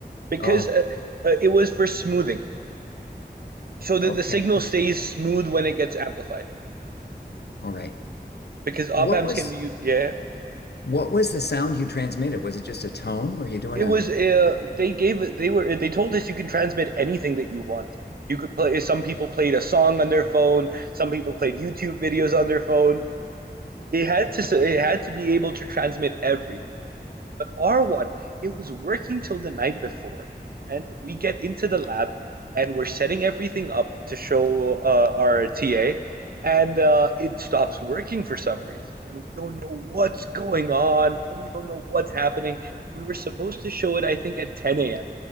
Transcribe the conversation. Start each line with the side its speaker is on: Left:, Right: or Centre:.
Right: because
Left: Oh,
Right: uh, uh, it was for smoothing, so that
Left: okay.
Right: the signal stays smooth when it gets amplified.
Left: All right.
Right: because op
Left: What
Right: amps
Left: was
Right: can be u- yeah
Left: what was the sound you transmitted? Was it just a tone? Were you doing
Right: it
Left: a
Right: was uh, they gave they were they told us you can transmit anything that you want you could play some people played a song on their phone some people played youtube videos on their phone it had to it had to be able to transmit everything But R1, it was working till the night before, and we get into the lab and we're setting everything up to show uh, our TA, and uh, it stops working for some reason. And we don't know what's going on. We don't know what's happening. We were supposed to show it, I think, at 10 a.m.